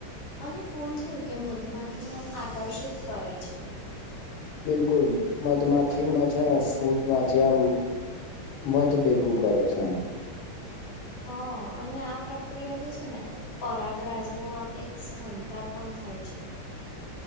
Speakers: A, on the left (about 40°); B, on the left (about 80°).
A: અને ફૂલ કેવું કે, મધમાખીને આમ આકર્ષિત કરે છે.
B: બિલકુલ મધમાખીમાં છે ને, ફૂલ માંથી આમ મધ ભેગું કરે છે.
A: હ, અને આ પ્રક્રિયાથી છે ને, પરાગરાજ નું આમ એક સ્થળાતર પણ થાય છે.